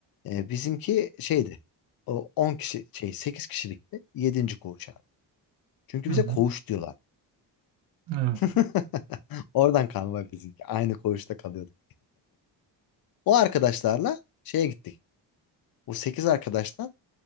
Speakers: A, on the left; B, on the right.
A: Ee, bizimki şeydi. O 10 kişi şey 8 kişilikti. Yedinci koğuş abi. Çünkü
B: Hı
A: bize
B: hı.
A: koğuş diyorlar.
B: Evet.
A: <laughs> Oradan kalma bizimki. Aynı koğuşta kalıyorduk. O arkadaşlarla şeye gittik. O 8 arkadaştan